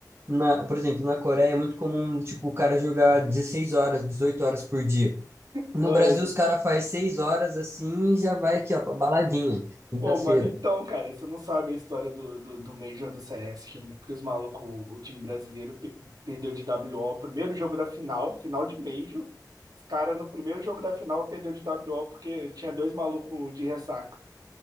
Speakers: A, on the right; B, on the right.
A: na, por exemplo, na Coreia é muito comum, tipo, o cara jogar 16 horas, 18 horas por dia.
B: Mano.
A: No Brasil, os caras faz seis horas assim e já vai aqui, ó, pra baladinha, quinta-feira.
B: Pô, mano, então, cara, você não sabe a história do, do, do Major do CS, que, que os malucos, o time brasileiro, pe- perdeu de WO, primeiro jogo da final, final de Major. Os caras, no primeiro jogo da final, perdeu de WO porque tinha dois malucos de ressaca.